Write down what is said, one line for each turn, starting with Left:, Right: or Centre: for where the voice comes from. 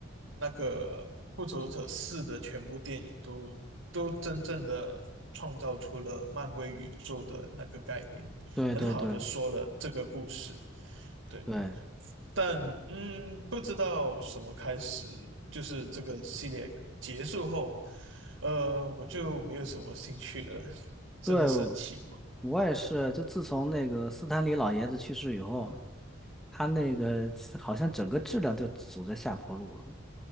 Right: 那个《复仇者四》的全部电影都都真正的创造出了漫威宇宙的那个概念，
Centre: 对对对
Right: 很好的说了这个故事。对，
Centre: 对
Right: 但嗯，不知道什么开始，就是这个系列结束后，呃，我就没有什么兴趣了，<laughs> 真的是很奇怪。
Centre: 对，我也是，就自从那个斯坦李老爷子去世以后，他那个好像整个质量就走在下坡路了。